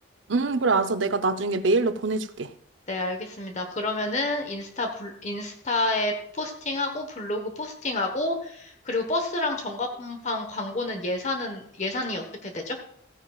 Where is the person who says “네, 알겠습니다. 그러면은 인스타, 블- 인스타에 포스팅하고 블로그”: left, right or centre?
Left